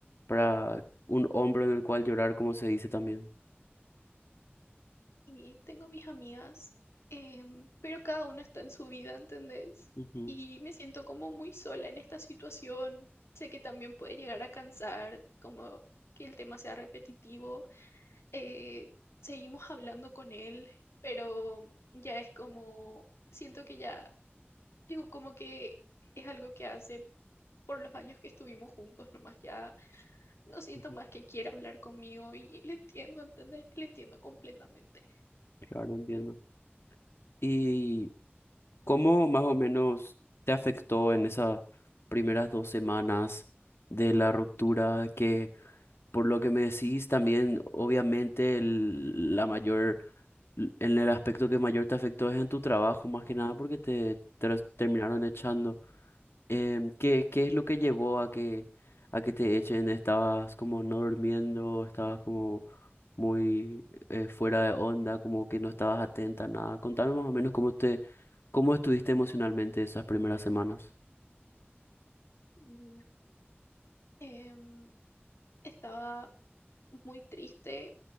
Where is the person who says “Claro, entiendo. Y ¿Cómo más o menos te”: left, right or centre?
Left